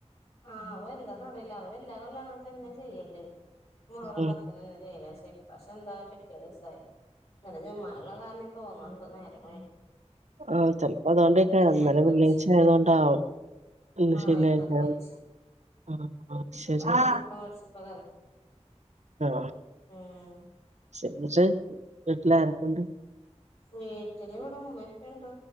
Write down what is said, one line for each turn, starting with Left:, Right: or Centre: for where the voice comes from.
Left: ആഹ് ആവോ എന്താന്നറീല്ല അവരെല്ലാ കൊല്ലം അങ്ങനെ തന്നെ ചെയ്യല് മുഹറം
Right: ഉം
Left: പത്ത് അങ്ങനെ തന്നെ ചെയ്യല് പക്ഷെ ഇപ്രാവശ്യം എന്താ പിറ്റിയ ദിവസായി ഇന്നലെ ജുമുഅ ഇല്ലതാണ് തോന്നണ്ട് നേരം വൈകി
Right: ആഹ് ചെൽപ്പം അത്തോണ്ടെക്കാരം
Left: ഇന്നക്ക്
Right: ഇന്നലെ വെള്ളിയാഴ്ച്ച
Left: വെച്ച്
Right: ആയതൊണ്ടാവും പിന്നെ
Left: ആഹ്
Right: ശെനിയാഴ്ച്ച
Left: ഇന്നക്ക് വെച്ച്
Right: ആഹ് ശെരി
Left: അപ്പൊ അങ്ങനെ
Right: ആഹ്
Left: ചിക്കൻ മേടിച്ചപ്പോ
Right: ആഹ്.
Left: ഹ്മ്മ്
Right: <unintelligible> വീട്ട്ലാരൊക്കെണ്ട്
Left: വീട്ടില് ഇവടെ ഉമ്മേം ഉപ്പണ്ട്.